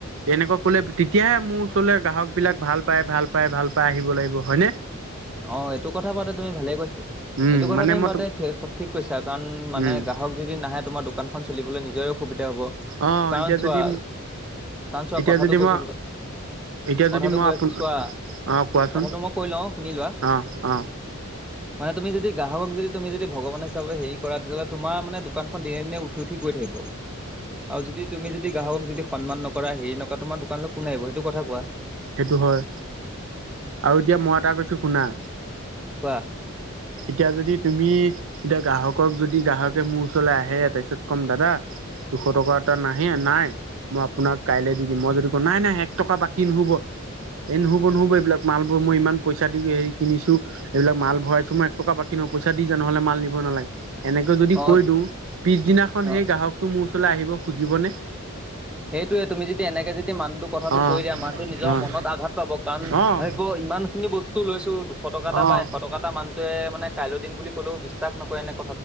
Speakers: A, on the right; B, in the centre.
A: তেনেকুৱা কলে তেতিয়াহে মোৰ ওচৰলে গ্ৰাহক বিলাক ভাল পায় ভাল পায়। ভাল পাই আহিব লাগিব হয় নে
B: অ এইটো কথা পাতে তুমি ভালে কৈছে
A: উম
B: এইটো কথা
A: মানে
B: তুমি
A: মই
B: মাতে
A: তুম
B: ঠিক কৈছা কাৰণ মানে
A: উম
B: গ্ৰাহক যদি নাহে তোমাৰ দোকানখন চলিবলৈ নি নিজৰে অসুবিধা হব
A: অ
B: কাৰণ
A: এতিয়া
B: চোৱা
A: যদি
B: কাৰণ চোৱা
A: এতিয়া
B: কথাটো
A: যদি
B: কৈছো।
A: মই এতিয়া
B: কথাটো
A: যদি মই
B: কৈ
A: আপোন
B: আছো চোৱা
A: অ কোৱাচোন
B: কথাটো মই কৈ লওঁ শুনি লোৱা
A: অ অ
B: মানে তুমি যদি গ্ৰাহকক যদি তুমি যদি যদি ভগৱান হিচাপে হেৰি কৰা তেতিহলে তোমাৰ মানে দোকানখন দিনে দিনে উঠি উঠি গৈ থাকিব আৰু যদি তুমি যদি গ্ৰাহক যদি সন্মান নকৰা হেৰি নকৰা তোমাৰ দোকানলৈ কোন আহিব সেইটো কথা কোৱা?
A: সেইটো হয়
B: উম,
A: আৰু এতিয়া মই এটা কৈছো শুনা।
B: কোৱা।
A: এতিয়া যদি তুমি এতিয়া গ্ৰাহকক যদি গ্ৰাহকে মোৰ ওচৰলে আহে তাৰপিছত কম দাদা দুশ টকা এটা নাহে নাই মই আপোনাক কাইলে দি দিম মই যদি কওঁ নাই নাই এক টকা বাকী নহব <unintelligible> এই নহব নহব এইবিলাক মালবো মই ইমান পইচা দি হৰি কিনিছো এইবিলাক মাল ভৰাইছো মই এক টকা বাকী নকৈ। পইচা দি যা নহ'লে মাল নিব নালাগে। এনেকৈ যদি
B: অ
A: কৈ দিওঁ পিছদিনাখন
B: অ
A: সেই গ্ৰাহকটো মোৰ ওচৰলৈ আহিব খুজিবনে?
B: সেইটোয়ে তুমি যদি এনেকে যদি মানুহটো কথাটো
A: অঁ
B: দিয়া মানুহটো। নিজৰ
A: অঁ
B: মনত আঘাত পাব কাৰণ
A: অঁ
B: ভাবিব ইমান খিনি বস্তু লৈছো দুশ টকা এটা
A: অঁ
B: বা এশ টকা এটা মান টোৱে মানে কাইলৈ দিন বুলি ক'লেও বিশ্বাস নকৰে এনেকে।